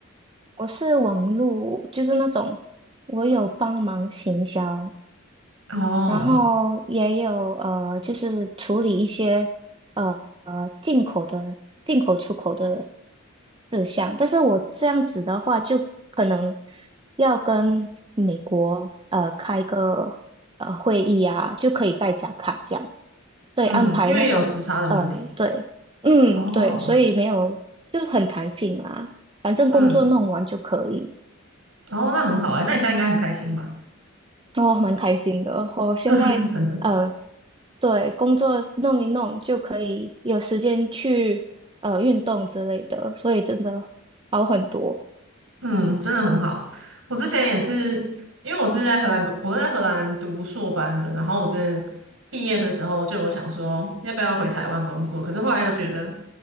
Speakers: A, on the right; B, on the right.
A: 我是网络，就是那种我有帮忙行销，
B: 哦，
A: 然后也有呃，就是处理一些呃呃进口的进口出口的志向，但是我这样子的话，就可能要跟美国呃开个呃会议啊，就可以在加卡这样，所以安排那种
B: 嗯，因为也有时差的问题。
A: 对，嗯对，
B: 哦，
A: 所以没有就很弹性啦，反正工作弄完就可以，
B: 嗯，哦，那很好诶，那你现在应该很开心吧？
A: 哦，蛮开心的。我现在呃
B: <laughs> 真的。
A: 对工作弄一弄就可以有时间去呃运动之类的，所以真的好很多。
B: 嗯，真的很好。我之前也是，因为我之前在荷兰，我在荷兰读硕班的，然后我之前毕业的时候就有想说要不要回台湾工作，可是后来又觉得，